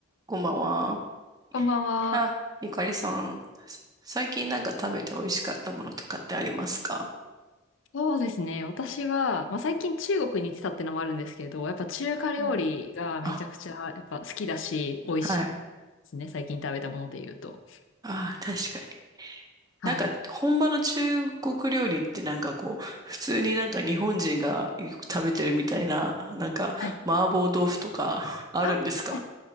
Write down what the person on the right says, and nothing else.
こんばんは。
あ、ゆかりさん、す最近なんか食べて美味しかったものとかってありますか
うんあ、
はい。
あ、確かに。
なんか、本場の中国料理ってなんかこう、普通になんか日本人がよく食べてるみたいな、なんか、
麻婆豆腐とか <laughs> あるんですか